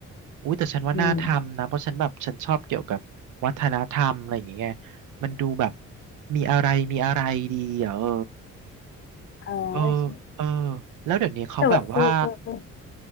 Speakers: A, on the right; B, on the left.
A: อุ้ยแต่ฉันว่าน่าทำนะเพราะฉันแบบฉันชอบเกี่ยวกับวัฒนธรรมอะไรอย่างเงี้ย
B: อืม
A: มันดูแบบมีอะไรมีอะไรดีอ่ะเออ
B: เอ
A: เออ
B: อ
A: เออแล้วเดี๋ยวนี้เขาแบบว่า
B: แต่ว่าเออ